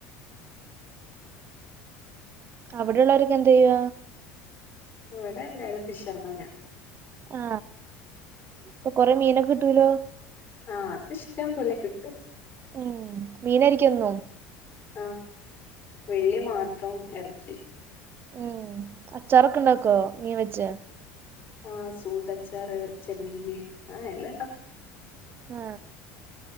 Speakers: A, on the right (about 40°); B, on the left (about 35°).
A: അവിടെള്ളവർക്ക് എന്തു ചെയ്യ
B: അവിടെ എല്ല ഒരു ഫിഷർമാന
A: ആ അപ്പൊ കൊറെ മീനൊക്കെ കിട്ടൂലോ
B: ആ അത് ഇഷ്ടം പോലെ കിട്ടും
A: മ് മീനരിക്കോന്നും
B: ആ വെള്ളി മാത്രം ഇറച്ചി
A: മ് അച്ചാറൊക്കെ ഇണ്ടാക്കോ മീൻ വെച്ച
B: ആ സൂതച്ചാറ് ചെമ്മീന് ആ എല്ലാം ഉണ്ടാക്കും
A: ആ